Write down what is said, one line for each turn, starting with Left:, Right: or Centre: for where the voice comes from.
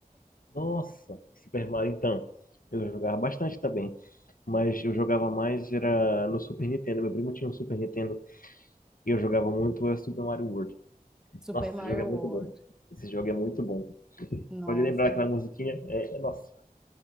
Left: Nossa, Super Mario então. Eu jogava bastante também, mas eu jogava mais era no Super Nintendo. Meu primo tinha um Super Nintendo e eu jogava muito é Super Mario World.
Centre: Super
Left: Nossa,
Centre: Mario
Left: esse jogo é muito
Centre: World.
Left: bom. Esse jogo é muito bom.
Centre: Nossa,
Left: Só de lembrar aquela musiquinha, é, é nossa,